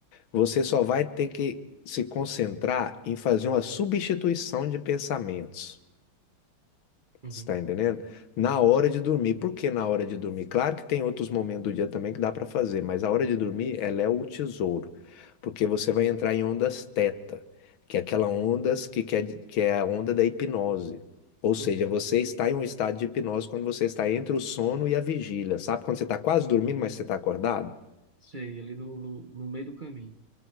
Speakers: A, on the left; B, on the right.
A: Você só vai ter que se concentrar em fazer uma substituição de pensamentos.
B: Uhum.
A: Você está entendendo? Na hora
B: Sim.
A: de dormir. Por que na hora de dormir? Claro que tem outros momentos do dia também que dá para fazer, mas a hora de dormir, ela é o tesouro, porque você vai entrar em ondas teta, que é aquela ondas que, que, é, que é a onda da hipnose. Ou seja,
B: Uhum.
A: você está em um estado de hipnose quando você está entre o sono e a vigília. Sabe quando você está quase dormindo, mas você está acordado?
B: Sei, ali no, no, no meio do caminho.